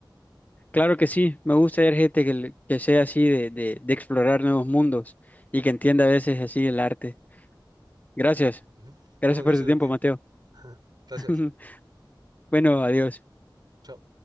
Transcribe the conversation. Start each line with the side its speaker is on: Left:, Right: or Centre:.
Left: Claro que sí, me gusta ver gente que, le- que sea así de, de, de explorar nuevos mundos y que entienda a veces así el arte. Gracias,
Right: Ujú.
Left: gracias
Right: No, gracias
Left: por tu tiempo,
Right: a ti.
Left: Mateo.
Right: <laughs> Gracias.
Left: <laughs> Bueno, adiós.
Right: Chao.